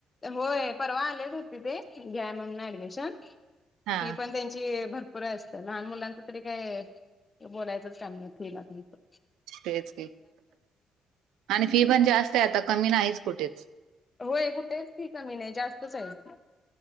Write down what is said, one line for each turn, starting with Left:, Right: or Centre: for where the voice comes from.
Left: होय परवा आलेच होते ते घ्या म्हणून ऍडमिशन
Right: हा
Left: फी पण त्यांची भर पुरे असतं लहान मुलांचं तरी काय बोलायचंच काम नाही केला पण नंतर.
Right: तेच की आणि फी पण जास्त आहे आता कमी नाहीच कुठेच.
Left: होय कुठेच की कमी नाही जास्तच आहे.